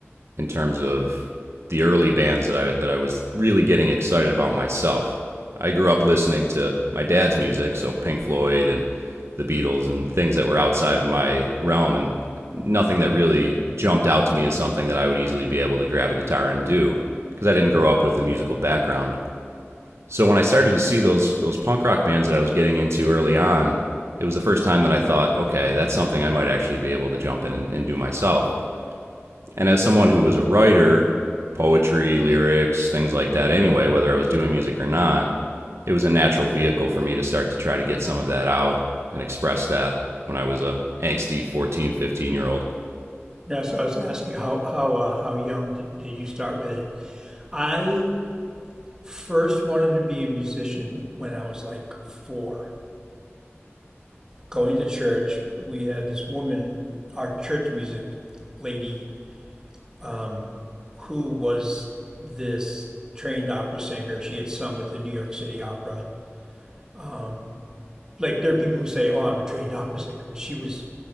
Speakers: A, on the right; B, on the right.
A: in terms of the early bands that I that I was really getting excited about myself. I grew up listening to my dad's music, so Pink Floyd and the Beatles and things that were outside of my realm and nothing that really jumped out to me as something that I would easily be able to grab a guitar and do because I didn't grow up with a musical background. So when I started to see those those punk rock bands that I was getting into early on, it was the first time that I thought, okay, that's something I might actually be able to jump in and, and do myself. And as someone who was a writer, poetry, lyrics, things like that anyway, whether I was doing music or not, it was a natural vehicle for me to start to try to get some of that out and express that when I was a angsty 1415 year old.
B: Yeah, so I was asking you how how uh, how young did, did you start with it? I first wanted to be a musician when I was like four. Going to church, we had this woman, our church music lady, um, who was this trained opera singer. She had sung with the New York City Opera. Um, like there are people who say, "Oh, I'm a trained opera singer," but she was